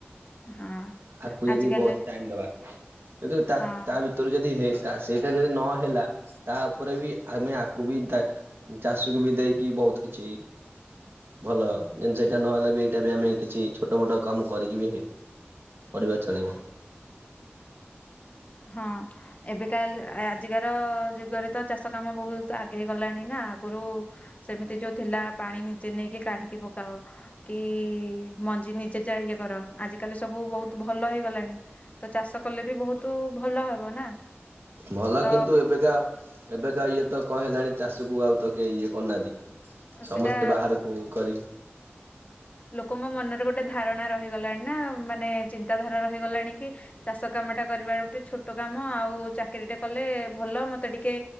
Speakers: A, on the left; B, on the right.
A: ହଁ
B: ଆକୁ ଯଦି
A: ଆଜିକାଲି
B: ବହୁତ ଟାଇମ ଦବା କିନ୍ତୁ ତା-ତା
A: ହଁ
B: ଭିତ ଯଦି ହେଇ ତା ସେଇଟା ଯଦି ନହେଲା ତା ଉପରେ ବି ଆମେ ଆକୁ ବି ଚାଷୀକୁ ବି ଦେଇକି ବହୁତ କିଛି ଭଲ ସେ ଏଇଟା ନହେଲେ ବି ଏଇଟା ବି ଆମେ କିଛି ଛୋଟ ମୋଟ କାମ କରିକି ବି ପରିବାର ଚଳିବ।
A: ହଁ ଏବେ କାଲ ରୋଜଗାର ଯୁଗରେ ତ ଚାଷ କାମ ବହୁତ ଆଗେଇ ଗଲାଣି ନା ଆଗରୁ ସେମିତି ଯୋଉ ଥିଲା ପାଣି ନିଜେ ନେଇକି କାଢିକି ପକାଅ। କି ମଞ୍ଜି ନିଜେ ଯ ଇଏ କର ଆଜିକାଲି ସବୁ ବହୁତ ଭଲ ହେଇଗଲାଣି। ତ ଚାଷ କଲେ ବି ବହୁତ ଭଲ ହବ ନା।
B: ଭଲ
A: ତ
B: କିନ୍ତୁ ଏବେକା ଏବେକା ଇଏ ତ କଣ ହେଲାଣି ଚାଷକୁ ଆଉ ତ କେ ଇଏ କରୁନାହାନ୍ତି। ସମସ୍ତେ
A: ସେଟା
B: ବାହାରକୁ କରି
A: ଲୋକଙ୍କ ମନରେ ଗୋଟେ ଧାରଣା ରହିଗଲାଣି ନା ମାନେ ଚିନ୍ତାଧାରା ରହିଗଲାଣି କି ଚାଷ କାମ ଟା କରିବା ଗୋଟେ ଛୋଟ କାମ ଆଉ ଚାକିରି ଟା କଲେ ଭଲ ମତେ ଟିକେ